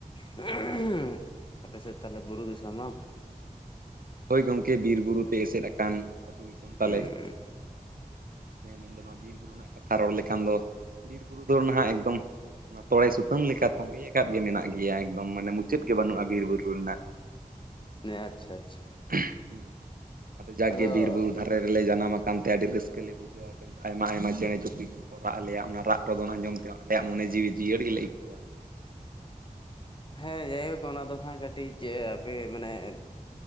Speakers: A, on the left; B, on the right.
A: <unintelligible> ᱟᱯᱮᱥᱮᱫ ᱛᱟᱦᱚᱞᱮ ᱵᱩᱨᱩ ᱫᱤᱥᱚᱢ ᱵᱟᱝ?
B: ᱦᱳᱭ ᱜᱚᱝᱠᱮ, ᱵᱤᱨ ᱵᱩᱨᱩ ᱛᱮ ᱮᱥᱮᱫ ᱟᱠᱟᱱ ᱟᱛᱩ ᱫᱤᱥᱚᱢ ᱛᱟᱞᱮ,
A: ᱦᱩᱸ
B: ᱦᱮᱸ ᱢᱮᱱᱫᱚ ᱱᱚᱣᱟ ᱵᱤᱨ ᱵᱩᱨᱩ ᱨᱮᱱᱟᱜ ᱠᱟᱛᱷᱟ ᱨᱚᱲ ᱞᱮᱠᱷᱟᱱ ᱫᱚ, ᱵᱤᱨ ᱵᱩᱨᱩ ᱫᱚ ᱱᱟᱦᱟᱜ ᱮᱠᱫᱚᱢ ᱚᱱᱟ ᱛᱚᱲᱮ ᱥᱩᱛᱟᱹᱢ ᱞᱮᱠᱟ ᱛᱚᱸᱜᱮ ᱟᱠᱟᱫ ᱜᱮ ᱢᱮᱱᱟᱜ ᱜᱮᱭᱟ ᱮᱠᱫᱚᱢ ᱢᱟᱱᱮ ᱢᱩᱪᱟᱹᱫ ᱜᱮ ᱵᱟᱹᱱᱩᱜᱼᱟ ᱵᱤᱨᱼᱵᱩᱨᱩ ᱨᱮᱱᱟᱜ᱾
A: ᱟᱪᱪᱷᱟ ᱟᱪᱪᱷᱟ᱾
B: ᱦᱩᱸ, ᱟᱫᱚ ᱡᱟᱜᱠᱮ
A: ᱟᱫᱚ
B: ᱵᱤᱨ ᱵᱩᱨᱩ ᱫᱷᱟᱨᱮ ᱨᱮᱞᱮ ᱡᱟᱱᱟᱢ ᱟᱠᱟᱱ ᱛᱮ ᱟᱹᱰᱤ ᱨᱟᱹᱥᱠᱟᱹ ᱞᱮ ᱵᱩᱡᱷᱟᱹᱣᱟ᱾ ᱟᱭᱢᱟ ᱟᱭᱢᱟ ᱪᱮᱬᱮ ᱪᱩᱯᱲᱤᱡ ᱠᱚ ᱠᱚ ᱨᱟᱜ ᱟᱞᱮᱭᱟ, ᱚᱱᱟ ᱨᱟᱜ ᱨᱚᱫᱚᱱ ᱟᱸᱡᱚᱢ ᱛᱮ ᱟᱞᱮᱭᱟᱜ ᱢᱚᱱᱮ ᱡᱤᱣᱤ ᱡᱤᱭᱟᱹᱲ ᱜᱮᱞᱮ ᱟᱹᱭᱠᱟᱹᱣᱟ᱾
A: ᱦᱮᱸ, ᱡᱟᱭᱦᱳᱠ ᱚᱱᱟ ᱫᱚ ᱦᱟᱸᱜ ᱠᱟᱹᱴᱤᱡ <unintelligible> ᱢᱟᱱᱮ